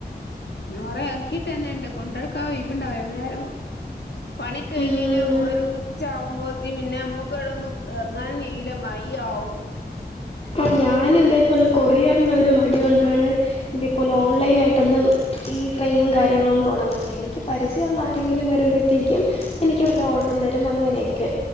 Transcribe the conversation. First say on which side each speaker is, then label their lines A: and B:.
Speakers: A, on the left (about 80°); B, on the left (about 35°).
A: ഞൻ കൊറെ ഇറക്കിയിട്ടന്നെണ്ട് കൊണ്ടടുക്കാ ഓയ്‌വ്ണ്ടാവൂല ന്നേരം പണിഒക്കെ കയ്ഞ്
B: ഉം
A: പിന്നെ ഒരു ഉച്ച ആകുമ്പോത്തിന് പിന്നെ അമ്മക്ക്വിടോന്നും എറ്ങ്ങാനും കയ്യൂല ല മയി ആവും
B: ആ ഞാന് അതേപോലെ കൊറിയറിന്റെറെ രു മടി കൊണ്ടാണ് ഇതേപോലെ ഓൺലൈൻ ആയിട്ടൊന്നും ഈ ഫ്രെയിമും കാര്യങ്ങളൊന്നും തൊടങ്ങാതെ എനിക്ക് പരിചയൊള്ള ആരെങ്കിലും വരുമ്പഴത്തേക്കും എനിക്ക് വല്ല ഓർഡറും തരും അങ്ങനെയൊക്കെ